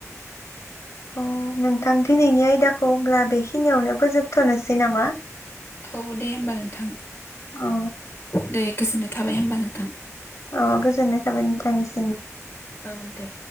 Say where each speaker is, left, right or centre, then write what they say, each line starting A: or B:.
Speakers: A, on the left; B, on the left.
A: अ नोंथां दिनैनि आयदाखौ होनब्ला बेखि खिनियावनो फोजोबथ'नोसै नामा?
B: औ दे होमबा नोंथां
A: औ।
B: दे गोजोननाय थाबाय होमबा नोंथां।
A: अ गोजोननाय थाबाय नोंथांसिम।
B: औ औ दे।